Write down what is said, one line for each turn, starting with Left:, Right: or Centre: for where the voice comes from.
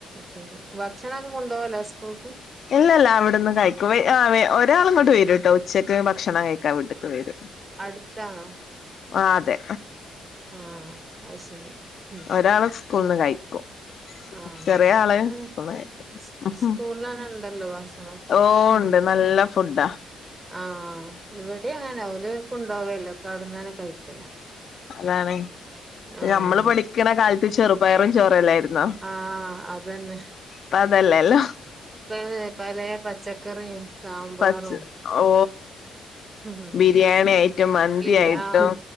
Right: ശരി ഭക്ഷണൊക്കെ കൊണ്ടു പോവല്ല സ്കൂൾക്ക്.
Left: ഇല്ല ല്ല അവിടുന്ന് കഴിക്കും. വെ ആ വെ ഒരാളങ്ങോട്ട് വരും. കേട്ടോ ഉച്ചക്ക് ഭക്ഷണം കഴിക്കാൻ വീട്ടിൽക്ക് വരും.
Right: അടുത്താണോ?
Left: ആഹ്, അതെ.
Right: ആഹ്, അത് ശരി. ഉം
Left: ഒരാള് സ്കൂളന്ന് കഴിക്കും.
Right: ആഹ്,
Left: ചെറിയ ആള്
Right: ഇപ്പൊ
Left: സ്കൂൾന്ന് കഴിക്കും
Right: സ്, സ്കൂളിലന്നെ ഉണ്ടല്ലോ? ഭക്ഷണം നോക്കെ
Left: ഓ
Right: ഉം,
Left: ഉണ്ട് നല്ല
Right: ഉം
Left: ഫുഡാ
Right: ആഹ്, ഇവിടെ അങ്ങന ഓല്. പ്പൊ കൊണ്ട് പോവാറില്ല, പ്പൊ അവിടന്ന ന്നെ കഴിക്കല.
Left: അതാണ്.
Right: ആഹ്,
Left: നമ്മള് പഠിക്കണ കാലത്ത് ചെറുപയറും ചോറല്ലായിരുന്നോ
Right: ആഹ്, അത് തന്നെ.
Left: ഇപ്പ അതല്ലല്ലോ
Right: ഇപ്പോൾ <unintelligible> പല പച്ചക്കറിയും സാമ്പാറും.
Left: പച്ച ഓ
Right: <unintelligible>
Left: ബിരിയാണി, ആയിട്ടും മന്തി,
Right: പിരി
Left: ആയിട്ടും.
Right: ആഹ്